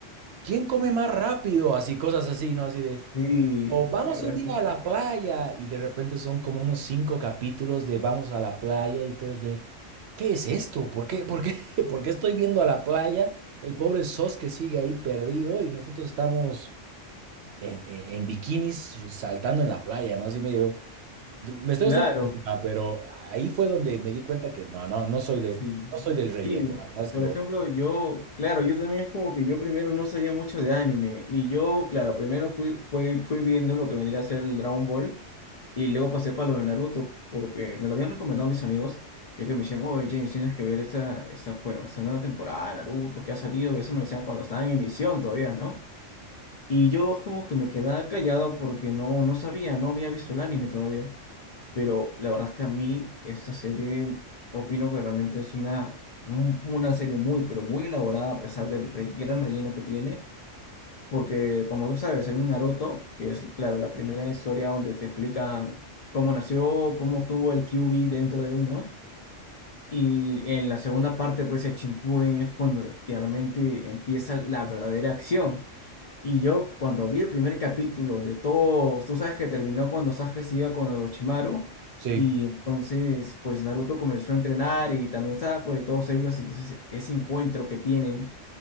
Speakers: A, on the right (about 65°); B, on the left (about 70°).
A: ¿quién come más rápido? Así, cosas así, ¿no? Así de.
B: Sí,
A: O vamos
B: la verdad
A: un día
B: es que-
A: a la playa y de repente son como unos cinco capítulos de vamos a la playa y tú eres de, ¿qué es esto? ¿Por qué? ¿Por qué? <laughs> ¿Por qué estoy viendo a la playa? El pobre Sos que sigue ahí perdido y nosotros estamos en, en- en bikinis saltando en la playa, ¿no? Así medio, me estoy
B: claro,
A: haciendo culpa, pero ahí fue donde me di cuenta que no, no, no soy de,
B: sí, sí,
A: no
B: Sí,
A: soy del relleno,
B: Sí, mira,
A: la verdad es
B: por
A: que lo...
B: ejemplo, yo, claro, yo también es como que yo primero no sabía mucho de anime y yo, claro, primero fui, fui, fui viendo lo que vendría a ser el Dragon Ball Y luego pasé para lo de Naruto, porque me lo habían recomendado mis amigos, ya que me decían, oye, James, tienes que ver esta, esta, bueno, esta nueva temporada de Naruto que ha salido, y eso me lo decían cuando estaba en emisión todavía, ¿no? Y yo como que me quedaba callado porque no, no sabía, no había visto el anime todavía. Pero la verdad es que a mí esta serie, opino que realmente es una, un- una serie muy, pero muy elaborada a pesar del re- gran relleno que tiene. Porque, como tú sabes, hay un Naruto, que es, claro, la primera historia donde te explican cómo nació, cómo tuvo el Kyuubi dentro de él, ¿no? Y en la segunda parte, pues el Shippuden es cuando realmente empieza la verdadera acción. Y yo, cuando vi el primer capítulo, donde todos, tú sabes que terminó cuando Sasuke se iba con Orochimaru,
A: Sí.
B: y entonces, pues Naruto comenzó a entrenar y también Sakura y todos ellos, y entonces ese encuentro que tienen